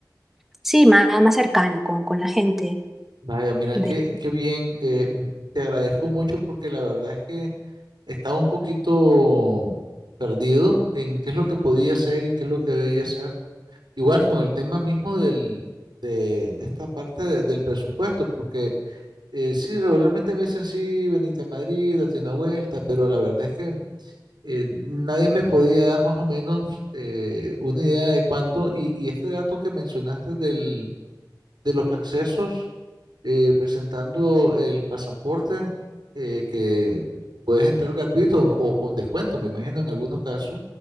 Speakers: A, in the centre; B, on the right.
A: sí, más, más cercana con, con la gente.
B: Vaya, mira,
A: De,
B: qué, qué bien. eh, te agradezco mucho porque la verdad es que estaba un poquito perdido en qué es lo que podía hacer y qué es lo que debía hacer. Igual con el tema mismo del, de de esta parte de- del presupuesto, porque eh, sí, regularmente me dicen, sí, venite a Madrid, date una vuelta, pero la verdad es que eh, nadie me podía dar más o menos eh, una idea de cuánto, y, y este dato que mencionaste del, de los accesos eh, presentando el pasaporte eh, que puedes entrar gratuito o con descuento, me imagino en algunos casos.